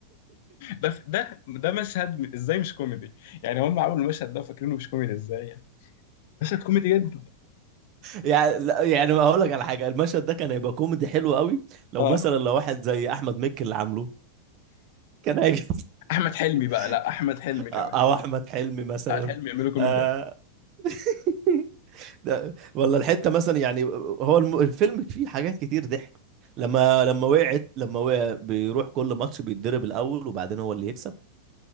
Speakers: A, on the left; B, on the right.
A: ده ده ده مشهد ازاي مش كوميدي يعني هم عملوا المشهد ده فاكرينه مش كوميدي ازاي يعني مشهد كوميدي جدا
B: يعني لا، يعني هقول لك على حاجه المشهد ده كان هيبقى كوميدي حلو قوي لو
A: اه
B: مثلا لو واحد زي احمد مكي اللي عامله كان هيجي
A: احمد حلمي بقى
B: <laughs>
A: لا احمد حلمي كمان
B: او احمد حلمي مثلا
A: احمد حلمي يعملوا كوميديا
B: آه، <laughs> ده ولا الحته مثلا يعني هو الم- الفيلم فيه حاجات كتير ضحك لما لما وقعت لما وقع بيروح كل ماتش بيتضرب الاول وبعدين هو اللي يكسب